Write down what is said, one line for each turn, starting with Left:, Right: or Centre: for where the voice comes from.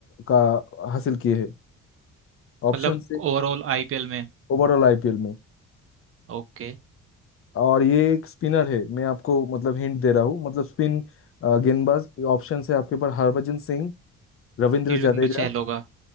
Left: का हासिल किए हैं ऑप्शन
Right: मतलब
Left: से
Right: ओवरऑल आईपीएल में
Left: ओवरऑल आईपीएल में
Right: ओके
Left: और ये एक स्पिनर है मैं आपको मतलब हिंट दे रहा हूँ मतलब स्पिन गेंदबाज ऑप्शन से आपके पास हरभजन सिंह रविंद्र
Right: युजवेंद्र
Left: जडेजा
Right: चहल होगा